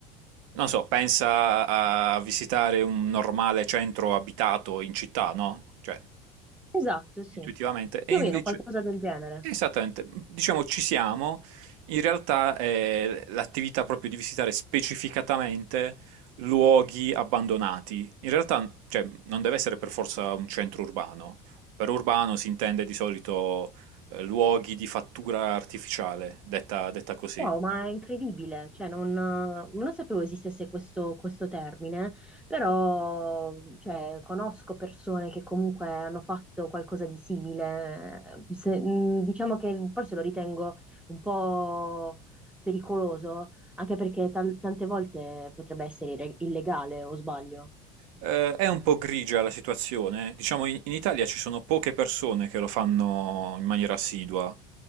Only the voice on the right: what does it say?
non so, pensa a visitare un normale centro abitato in città, no? Cioè,
intuitivamente.
E invece,
esattamente, diciamo ci siamo, in realtà è l'attività proprio di visitare specificatamente luoghi abbandonati. In realtà, cioè, non deve essere per forza un centro urbano. Per urbano si intende di solito eh, luoghi di fattura artificiale, detta, detta così.
Eh, è un po' grigia la situazione. Diciamo, in, in Italia ci sono poche persone che lo fanno in maniera assidua.